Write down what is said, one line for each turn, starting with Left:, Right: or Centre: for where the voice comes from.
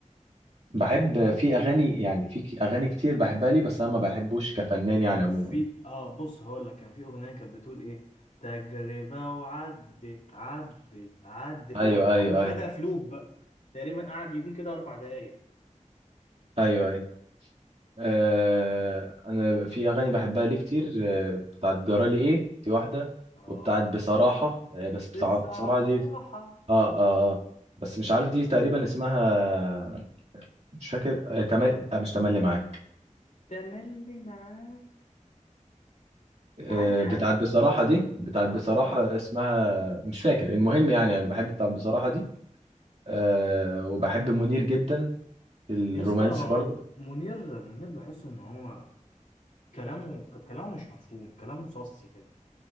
Right: بحب في اغاني يعني في ك- اغاني كتير بحبها لي بس انا ما بحبوش كفنان يعني
Left: كان
Right: عموما
Left: في اه بص هقول لك كان في اغنيه كانت بتقول ايه تجربه وعدت عدت عدت
Right: ايوه
Left: و-
Right: ايوه
Left: وخدها
Right: ايوه
Left: في لوب بقى تقريبا قعد يقول كده اربع دقايق
Right: ايوه ايوه آه، انا في اغاني بحبها ليه كتير آه، بتاعت جرالي ايه دي واحده
Left: اه
Right: وبتاعت بصراحه آه، بس بتاعت
Left: بصراحه
Right: بصراحه دي اه اه اه بس مش عارف دي تقريبا اسمها مش فاكر آه تمل... لا مش تملي معاك
Left: تملي معاك
Right: آه
Left: عادي عادي
Right: بتاعت بصراحه دي بتاعت
Left: اه
Right: بصراحه اسمها مش فاكر المهم يعني انا بحب بتاعت بصراحه دي آه وبحب منير جدا في الرومانسي
Left: يا اسطى
Right: برضه
Left: منير منير بحس ان هو كلامه ك- كلامه مش مفهوم كلامه صص كده